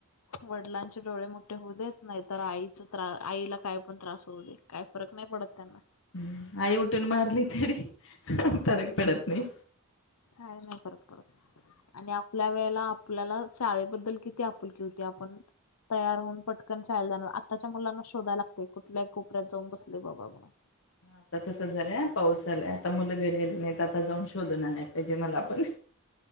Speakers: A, on the left; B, on the left.
A: वडिलांचे डोळे मोठे होऊ देत नाही तर आईच त्र आईला काय पण त्रास होऊ दे. काय फरक नाही पडत त्यांना
B: ् आई उठून मारली तरी फरक पडत नाही.
A: हा नाही फरक पडत. आणि आपल्या वेळेला आपल्याला शाळेबद्दल किती आपुलकी होती आपण तयार होऊन पटकन ायला जाणार आताच्या मुलांना शोधा लागते कुठल्या कोपऱ्यात जाऊन बसले बाबा म्हणून
B: आता तसंच झालंय पाऊस झालाय आता मुलं भिरलेले नाही तर आता जाऊन शोधणार नाही पाहिजे मला आपण